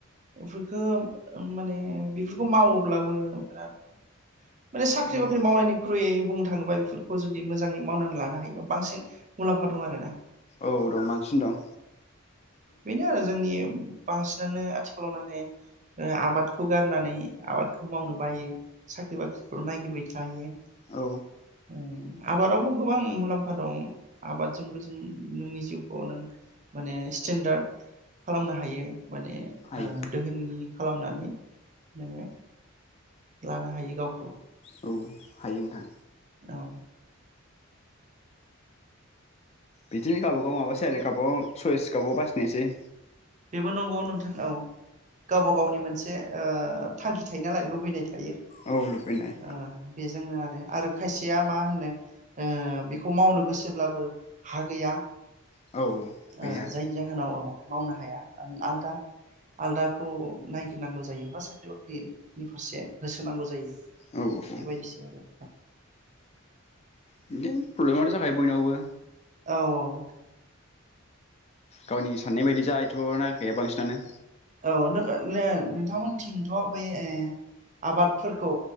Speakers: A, on the right; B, on the left.
A: बेफोरखो माने बेफोरखौ मावोब्लाबो बिराद माने साख्रि
B: औ
A: बाख्रि मावनायनिख्रुय बुंनो थाङोबा बेफोरखौ जुदि मोजाङै मावनानै लानो हायोबा बांसिन मुलाम्फा दं आरो ना
B: औ दं बांसिन दं
A: बेनो आरो जोंनि बांसिनानो आथिखालाव माने आबादखौ गारनानै आबादखौ मावनो बायो साख्रि बाख्रिखौल नायगिरबाय थायो
B: औ
A: उम आबादावबो गोबां मुलाम्फा दं आबादजोंबो जों नोंनि जिउखौ नों माने स्टेेनडार्ड खालामनो हायो माने
B: हायो
A: ओ दोहोनि खालामनानै नोङो लानो हायो गावखौ
B: औ हायो नोंथां
A: औ
B: बिदिनो गावबा गाव माबासै आरो गाबाव सयस गाबाव बासिनायसै
A: बेबो नंगौ नोंथां औ गावब गावनि मोनसे ओ थांखि थायो नालाय लुबैनाय थायो
B: औ लुबैनाय
A: ओ बेजोंनो आरो आरो खायसेया मा होनो ओ बेखौ मावनो गोसोब्लाबो हा गैया
B: औ गैया
A: ओ जायनि जाहोनाव मावनो ह हाया आलदा-आलदाखौ नायगिरनांगौ जायो बा साख्रि बाख्रिनि फारसे होसोनांगौ जायो बेबायदिसो
B: औ औ
A: आरो
B: बिदिनो प्रब्लेमाथ जाखायो बयनियावबो
A: औ औ
B: गावनि साननाय बायदि जायथ नागिरखाया बांसिनानो
A: औ नों नों नोंथांमोनथिंथ बै ओ आबादफोरखौ